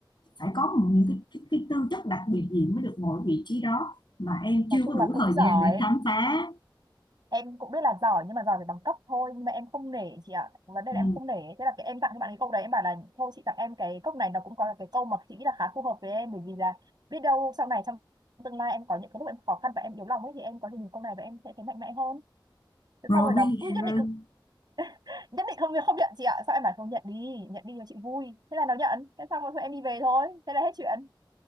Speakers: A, on the left (about 65°); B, on the right (about 55°).
A: phải có một- những cái, cái, cái tư chất đặc biệt gì mới được ngồi vị trí đó mà em chưa
B: nói chung
A: có đủ
B: là cũng
A: thời
B: giỏi
A: gian để khám phá
B: em cũng biết là giỏi nhưng mà giỏi về bằng cấp thôi nhưng mà em không nể chị ạ vấn đề
A: ừ.
B: là em không nể thế là cái em tặng cho bạn cái câu đấy em bảo là thôi chị tặng em cái cốc này nó cũng có cái câu mà chị nghĩ là khá phù hợp với em bởi vì là biết đâu sau này trong tương lai em có những cái lúc em khó khăn và em yếu lòng ấy thì em có thể nhìn câu này và em sẽ thấy mạnh mẽ hơn thế
A: rồi
B: sau rồi nó
A: bây
B: cứ
A: rồi
B: nhất định <laughs> nhất định không không nhận chị ạ sao em bảo không nhận đi nhận đi cho chị vui thế là nó nhận thế xong rồi thôi em đi về thôi thế là hết chuyện